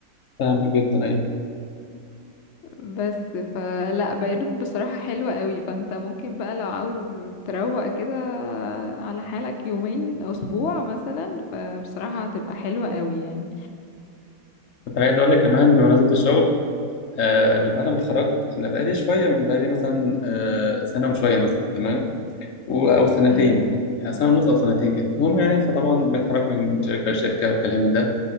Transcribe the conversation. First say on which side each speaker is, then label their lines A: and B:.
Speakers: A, on the left; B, on the left.
A: فاهم جدا ايوه
B: بس فلا بيروت بصراحة حلوة قوي فانت ممكن بقى لو عاوز تروق كده على حالك يومين او اسبوع مثلا فبصراحة هتبقى حلوة قوي يعني
A: كنت عايز اقول لك كمان بمناسبه الشغل آه، من بعد ما اتخرجت انا بقالي شويه من بقالي مثلا آه، سنه وشويه مثلا تمام و- او سنتين
B: ايوه
A: يعني سنه ونص او سنتين كده المهم يعني فطبعا بنتحرك من شركه لشركه والكلام من ده